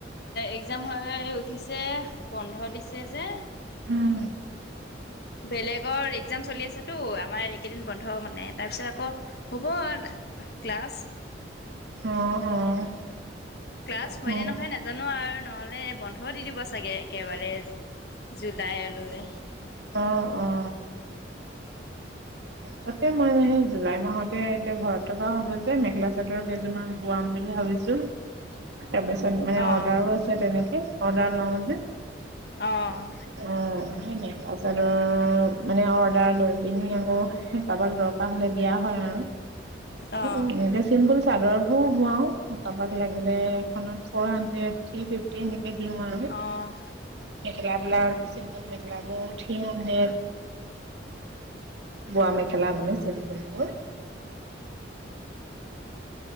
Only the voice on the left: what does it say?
এক্জাম হৈ উঠিছে। বন্ধ দিছে যে।
বেলেগৰ এক্জাম চলি আছেতো, আমাৰ কেইদিন বন্ধ মানে, তাৰ পিছত আকৌ হ'ব ক্লাছ।
ক্লাছ হয়
নে নহয়, নাজানো, আৰু নহ'লে বন্ধও দি দিব চাগে একেবাৰে জুলাইলৈ।
অ',
অ',
অ',
অ',